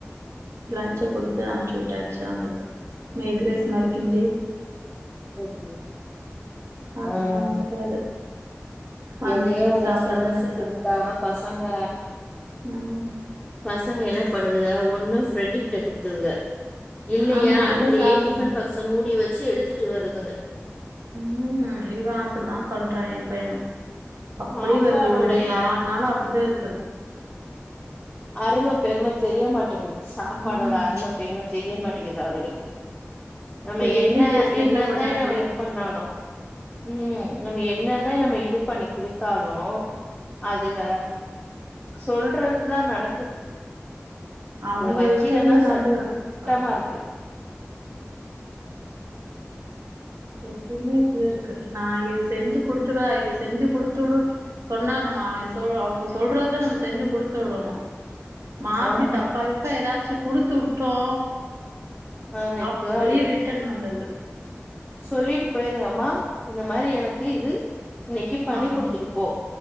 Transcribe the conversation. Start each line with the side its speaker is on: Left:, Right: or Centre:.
Right: லன்ச கொடுத்து அனுப்ச்சு விட்டாச்சு அவக்கு எக் ரைஸ் மாதிரி கிண்டி
Centre: ஓகே
Right: அதனால
Centre: ஆஹ்
Right: அவனுக்கு அது வந்து
Centre: எதையோ
Right: ஈவினிங்
Centre: ஒன்னு
Right: சாப்ட்றானா
Centre: சமைச்சு
Right: என்னன்னு தெர்ல
Centre: குடுத்தா பச சங்க
Right: ம்
Centre: பசங்க என படுதுங்க ஒன்னும் ஃப்ரெண்ட கிட்ட கொடுத்ததுங்க இல்லையா
Right: ஆமா
Centre: அப்டியே
Right: இல்ல சாப்ட
Centre: டிஃபன்
Right: மாட்
Centre: பக்ஸ மூடி வச்சு எடுத் வச்சட்டு வருதுங்க
Right: உம் இவன் அப்டித்தான் பண்றான் என் பையனும் அப்டியே
Centre: சாப்பாடோடைய
Right: வருது ஒரு நாலு நாளா அப்டிதான் இருக்கு
Centre: அரும பெரும தெரிய மாட்ட டிங்குது சாப்பாடோட
Right: ம்
Centre: அரும பெரும தெரிய மாட்டே <unintelligible> நம்ம
Right: டெய்லி
Centre: என்ன
Right: டஸ்ட்பின்ல
Centre: என்னதான்
Right: கொட்ட வேண்டியதா
Centre: நம்ம இது
Right: இருக்கு
Centre: பண்ணாலு உம் நம்ம என்னதான் நம்ம இது பண்ணி குடுத்தாலு அதுக சொல்றதுதான் நட்
Right: அவுங்க
Centre: வைக்கிறதா
Right: இஷ்டத்துல தான் நடந்துக்கறாங்க
Centre: சட்டமா
Right: சட்டோ
Centre: இருக்கு
Right: எப்பவுமே அப்டிதான் இருக்கு நான் இது செஞ்சு குடுத்துட இதை செஞ்சு குடுத்து விடு சொன்னா நம்ம அவ சொ அவங்க சொல்றதான் நம்ம செஞ்சு குடுத்து விடணு மாத்தி
Centre: ஆமா
Right: தப்பா இப்ப ஏதாச் ச்சு குடுத்துட்டோ
Centre: ஆன
Right: அப்டியே
Centre: காலி
Right: ரிட்டன் வந்தது
Centre: சொல்லிட்டு போயிருங்க மா இந்த மாரி எனக்கு இது இன்னைக்கு பண்ணி
Right: ஆமா
Centre: கொடுத்துட்டுபோ